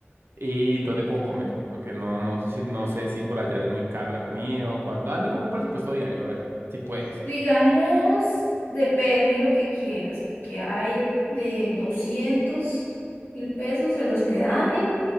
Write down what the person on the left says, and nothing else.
Digamos, depende de lo que quieras, porque hay de doscientos mil pesos el hospedaje